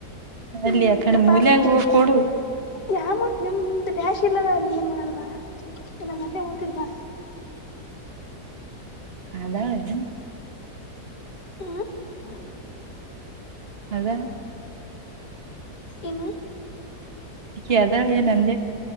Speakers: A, on the left; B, on the right.
A: ಹ್ಮ್
B: ಅಲ್ಲಿ ಯಕಡೆ
A: ಕಪ್ಪ
B: ಮೂಲ್ಾಗ
A: ಆಗ್ಬಿಡ್ತಾರ
B: ಹೋಗ ಕೊಡು
A: ಯಾವ ಮತ್ ನಿಮ್ದ ಡ್ಯಾಶ್ ಇಲ್ಲದ ಅಲ್ಲಿ ಏನ್ ಮಾಡಲ್ವಾ ಇಲ್ಲ ನನ್ನೆ ಊತಿರ್ಬ
B: ಅದಾ ಇ
A: ಹಾ
B: ಅದ
A: ಇನು
B: ಈಕಿ ಅದಾಳ ಏನ್ ಅಂದೆ